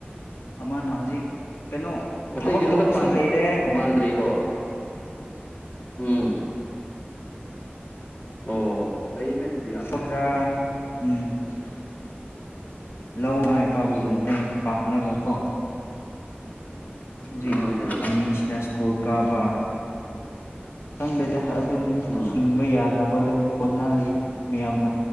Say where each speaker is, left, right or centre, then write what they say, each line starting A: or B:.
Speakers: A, on the left; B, on the left.
A: ꯑꯃꯅ ꯍꯧꯖꯤꯛ ꯀꯩꯅꯣ
B: ꯑꯇꯩꯗꯤ
A: ꯊꯕꯛ
B: ꯑꯝꯇ
A: ꯇꯧꯕꯁꯨ ꯂꯩꯔꯦ
B: ꯄꯥꯟꯗ꯭ꯔꯤꯀꯣ ꯎꯝ ꯑꯣ ꯍꯣ ꯐꯩꯅꯦ ꯑꯗꯨꯗꯤ ꯌꯥꯝꯅ
A: ꯊꯥ ꯎꯝ <inaudible> ꯂꯧ ꯏꯄꯥꯕꯨ
B: ꯎꯝ
A: ꯃꯇꯦꯡ ꯄꯥꯡꯂꯒꯀꯣ ꯍꯧꯖꯤꯛ
B: ꯎꯝ ꯎꯝ
A: ꯑꯅꯤꯁꯤꯅ ꯁ꯭ꯀꯨꯜ ꯀꯥꯕ ꯀꯪꯕꯦꯗ ꯍꯥ ꯑꯗꯨꯝ
B: ꯎꯝ
A: ꯍꯤꯡꯕ ꯌꯥꯅꯕ ꯑꯗꯨꯝ ꯍꯣꯠꯅꯔꯤ ꯃꯌꯥꯝꯅ